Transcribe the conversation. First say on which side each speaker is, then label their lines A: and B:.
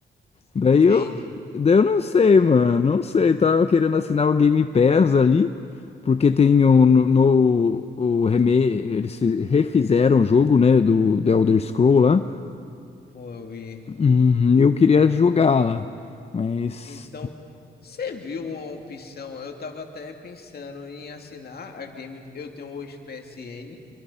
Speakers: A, on the left; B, on the left.
A: Daí
B: Entendi.
A: eu, daí eu não sei, mano, não sei. Tava querendo assinar o Game Pass ali, porque tem um no, no- o reme, eles fi- refizeram o jogo, né, do, do Elder Scroll lá.
B: Pô, eu vi.
A: Uhum, eu queria jogar lá, mas.
B: Então, você viu uma opção? Eu tava até pensando em assinar a Game. Eu tenho o PSN